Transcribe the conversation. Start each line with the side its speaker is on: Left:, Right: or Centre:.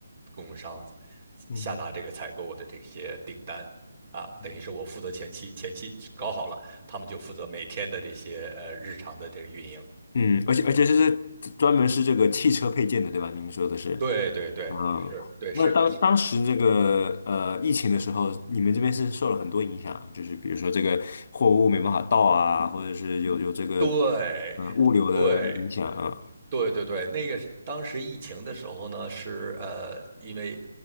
Right: 供应商
Left: 嗯
Right: 下达这个采购的这些订单。啊，
Left: 哼，
Right: 等于是我负责前期，前期搞好了，他们就负责每天的这些呃日常的这个运营。
Left: 嗯，而且而且这是专门是这个汽车配件的，对吧？您说的是。
Right: 对对对，
Left: 啊，
Right: 是，对，
Left: 那当当时这个呃疫情的时候，
Right: 是个是，
Left: 你们这边是受了很多影响，就是比如说这个货物没办法到啊，或者是有有这个
Right: 对
Left: 嗯、呃物流的影响啊
Right: 对对对对，那个是当时疫情的时候呢，是呃，因为